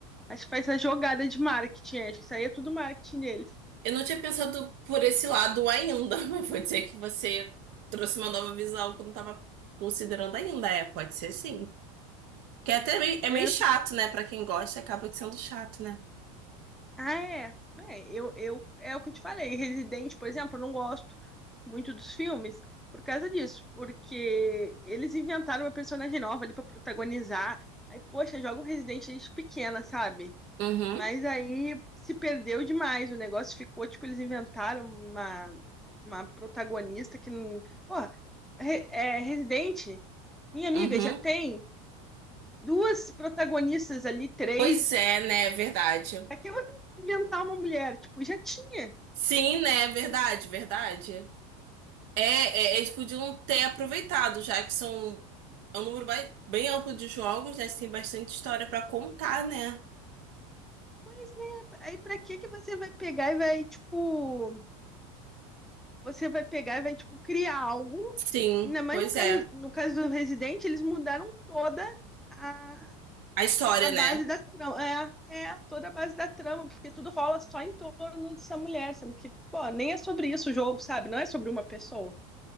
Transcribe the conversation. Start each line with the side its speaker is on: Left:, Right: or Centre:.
Centre: acho que faz essa jogada de marketing, acho que isso aí é tudo marketing deles.
Right: Eu não tinha pensado por esse lado ainda, <laughs> mas vou dizer que você trouxe uma nova visão que eu não estava considerando ainda. É, pode ser sim. Que é até meio,
Centre: É,
Right: é meio
Centre: eu
Right: chato,
Centre: fico
Right: né? Pra quem gosta, acaba sendo chato, né?
Centre: Ah, é. É, eu, eu, é o que eu te falei. <laughs> Resident, por exemplo, eu não gosto muito dos filmes por causa disso, porque eles inventaram uma personagem nova ali pra protagonizar. Aí, poxa, joga um Resident desde pequena, sabe?
Right: Uhum,
Centre: Mas aí se perdeu demais. O negócio ficou, tipo, eles inventaram uma, uma protagonista que. não- Porra, Re- é, Resident, minha amiga,
Right: uhum.
Centre: já tem duas protagonistas ali, três,
Right: Pois é, né? É Verdade.
Centre: Aqui você inventar uma mulher, tipo, já tinha.
Right: Sim, né? É Verdade, verdade. É, é, é, eles podiam ter aproveitado, já que são é um número ba- bem amplo de jogos, né? Você tem bastante história pra contar, né?
Centre: Pois é, aí pra que que você vai pegar e vai, tipo, você vai pegar e vai, tipo, criar algo?
Right: Sim,
Centre: Ainda mais
Right: pois
Centre: no caso,
Right: é.
Centre: no caso do Resident, eles mudaram toda a,
Right: A história,
Centre: a base
Right: né?
Centre: da trama. É, é toda a base da trama, porque tudo rola só em torno dessa mulher, sendo que, pô, nem é sobre isso o jogo, sabe? Não é sobre uma pessoa.